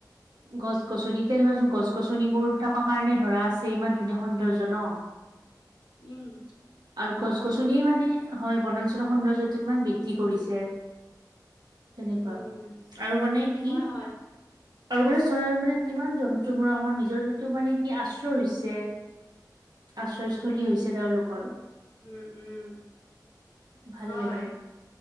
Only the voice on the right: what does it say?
গছ-গছনি এতিয়া ধৰাচোন গছ-গছনিবোৰ থকা কাৰণে ধৰা আছে ইমান ধুনীয়া সৌন্দৰ্য ন।
আৰু গছ-গছনিয়ে
মানে হয়, বনাঞ্চলৰ সৌন্দৰ্যটো কিমান বৃদ্ধি কৰিছে। তেনেকুৱা
আৰু মানে কি
আৰু মানে চৰাই মানে কিমান জন্তুবিলাকৰ নিজৰ যও মানে কি আশ্ৰয় হৈছে। আশ্ৰয়
থলী হৈছে তেওঁলোকৰ।
ভাল
লাগে